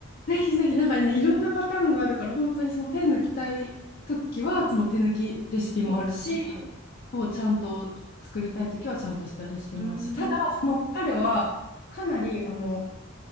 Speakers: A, on the left (about 50°); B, on the right (about 35°).
A: ぜひぜひ、
B: うん、
A: なんかね、いろんなパターンがあるから、本当にその手抜きたいときは、その手抜きレシピもあるし、
B: はいはい。はいはい。
A: こうちゃんと作りたいときはちゃんとしたレシピもあるし、
B: うーん。
A: ただ、その彼はかなり、あの、